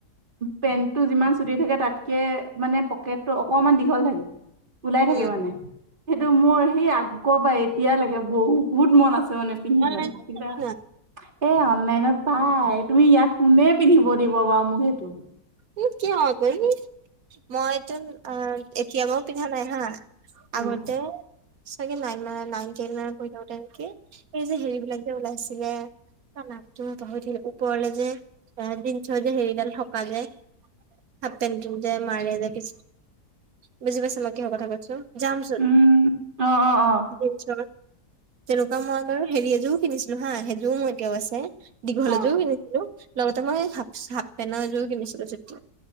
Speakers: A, on the right (about 30°); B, on the right (about 65°).
A: পেণ্টটো যিমান চুটি থাকে তাতকে মানে পকেটটো অকনমান দীঘল থাকে! ওলাই থাকে
B: উম
A: মানে সেইটো মোৰ সেই আগ আগৰ পৰা এতিয়ালৈকে বহুত মন আছে, মানে পিন্ধিবলৈ
B: অনলাইনত
A: কিবা
B: চাবা না
A: এ অনলাইনত পায়! তুমি ইয়াত কোনে পিন্ধিব দিব বাৰু মোক সেইটো
B: <unintelligible> মই টো, এতিয়া বাৰু পিন্ধা নাই হা।
A: উম
B: আগতে চাগে নাইন ম নাইন টেইন মানত পঢ়ি থাকোতে নেকি! এই যে হেৰি বিলাক যে ওলাইছিলে তাৰ নামটো পাহৰি থাকিলোঁ! ওপৰলে যে এ জিনচৰ যে হেৰিডাল থকা যে হাফেন টো যে মাৰে যে, কি বুজি পাইছ মই কিহৰ কথা কৈছো। জামচুট
A: উম, অ অ
B: জিনচৰ, তেনেকুৱা মই বাৰু হেৰি এযোৰো কিনিছিলোঁ, হা সেইযোৰো মোৰ এতিয়াও আছে! দীঘল
A: অ
B: এযোৰো কিনিছিলোঁ! লগতে মই হাফ পেনৰ এযোৰ ও কিনিছিলোঁ চট